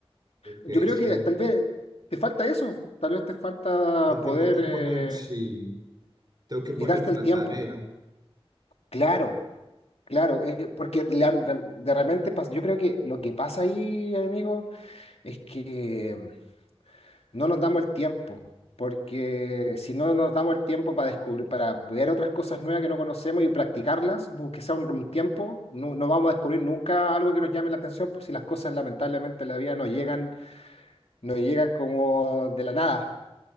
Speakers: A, on the right; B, on the left.
A: ok,
B: Yo creo
A: sí.
B: que tal vez te falta eso, tal vez te falta
A: Me tengo
B: poder
A: que
B: eh,
A: poner, sí, tengo que poner
B: y darte
A: en
B: el
A: la
B: tiempo.
A: tarea.
B: Claro. Claro, eh, porque le han- de, de repente pas- yo creo que lo que pasa ahí, amigo, es que mm, no nos damos el tiempo, porque si no nos damos el tiempo para descubrir, para ver otras cosas nuevas que no conocemos y practicarlas, aunque sea un, un tiempo, no, no vamos a descubrir nunca algo que nos llame la atención, pues si las cosas lamentablemente en la vida no llegan, no llegan como de la nada.